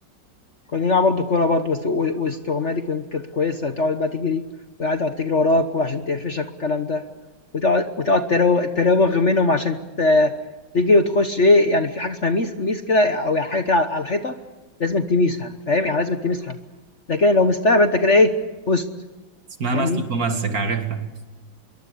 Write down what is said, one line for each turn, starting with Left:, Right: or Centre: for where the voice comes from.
Left: كنا بنلعب برضه كورة برضه بس و والاستغماية دي كن كانت كويسة تقعد بقى تجري والعيال تقعد تجري وراك وعشان تقفشك والكلام ده، وتقعد وتقعد تراو تراوغ منهم عشان ت تجري وتخش إيه يعني في حاجة اسمها ميس ميس كده أو يعني حاجة كده على على الحيطة لازمًا تميسها فاهم، يعني لازمًا تمسها، ده كده لو مِستها يبقى أنت كده إيه فُزت،
Right: اسمها
Left: فاهمني؟
Right: مسك ومسك عارفها